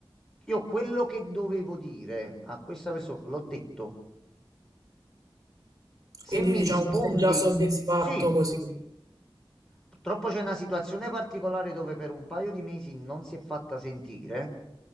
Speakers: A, in the centre; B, on the right.
A: io quello che dovevo dire a questa persona l'ho detto. Se
B: quindi
A: mi
B: diciamo
A: rispondi,
B: sei già soddisfatto
A: sì.
B: così.
A: Purtroppo c'è una situazione particolare dove per un paio di mesi non si è fatta sentire.